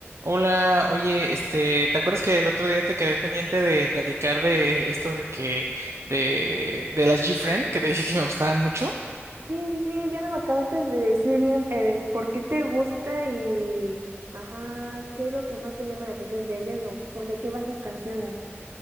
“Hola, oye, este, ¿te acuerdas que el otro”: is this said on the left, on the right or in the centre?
Right